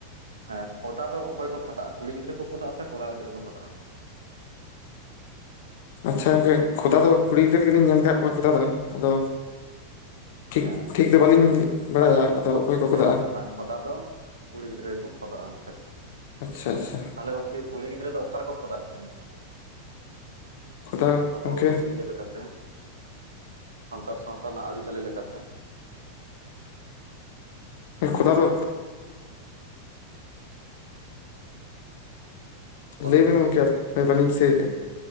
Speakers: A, on the right; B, on the left.
A: ᱦᱮᱸ ᱠᱷᱚᱫᱟ ᱫᱚ ᱚᱠᱚᱭ ᱠᱚ ᱠᱷᱚᱫᱟᱜᱼᱟ ᱠᱩᱲᱤ ᱜᱤᱫᱽᱨᱟᱹ ᱠᱚ ᱠᱷᱚᱫᱟᱜᱼᱟ ᱥᱮ ᱠᱚᱲᱟ ᱜᱤᱫᱽᱨᱟᱹ ᱠᱚ ᱠᱷᱚᱫᱟᱜᱼᱟ?
B: ᱟᱪᱪᱷᱟ ᱜᱚᱝᱠᱮ ᱠᱷᱚᱫᱟ ᱫᱚ ᱠᱩᱲᱤ ᱜᱤᱫᱽᱨᱟᱹ ᱜᱮᱞᱤᱧ ᱧᱮᱞ ᱟᱠᱟᱫ ᱠᱚᱣᱟ ᱠᱷᱚᱫᱟ ᱫᱚ ᱟᱫᱚᱼᱼ ᱴᱷᱤᱠ
A: ᱦᱮᱸ
B: ᱴᱷᱤᱠ ᱫᱚ ᱵᱟᱹᱞᱤᱧ ᱵᱟᱲᱟᱭᱟ ᱟᱫᱚ ᱚᱠᱚᱭ ᱠᱚ
A: ᱦᱮᱸ
B: ᱠᱷᱚᱫᱟᱜᱼᱟ
A: ᱚᱱᱟ ᱠᱷᱚᱫᱟ ᱫᱚ ᱠᱩᱲᱤ ᱜᱤᱫᱽᱨᱟᱹ ᱜᱮᱠᱚ ᱠᱷᱚᱫᱚᱜᱼᱟ ᱠᱷᱟᱡ
B: ᱟᱪᱪᱷᱟ ᱟᱪᱪᱷᱟ
A: ᱛᱟᱦᱚᱞᱮ ᱜᱚᱝᱠᱮ ᱠᱩᱲᱤ ᱜᱤᱫᱽᱨᱟᱹ ᱫᱚ ᱚᱠᱟ ᱨᱮᱠᱚ ᱠᱷᱚᱫᱟᱜ ᱠᱮᱭᱟ
B: ᱠᱷᱚᱫᱟ
A: ᱟᱵᱚ
B: ᱜᱚᱝᱠᱮ
A: ᱤᱭᱟᱹ ᱞᱮᱠᱟᱛᱮ ᱥᱟᱱᱛᱟᱲ ᱥᱟᱶᱛᱟ ᱨᱮᱱᱟᱜ ᱟᱹᱨᱤᱪᱟᱹᱞᱤ ᱞᱮᱠᱟᱛᱮ
B: ᱠᱷᱚᱫᱟ ᱫᱚ
A: ᱵᱟᱹᱵᱤᱱ
B: ᱞᱟᱹᱭᱵᱮᱱ
A: ᱫᱤᱥᱟᱹᱭᱮᱫᱼᱟ
B: ᱜᱚᱝᱠᱮ ᱵᱟᱹᱞᱤᱧ ᱫᱤᱥᱟᱹᱭ ᱫᱟ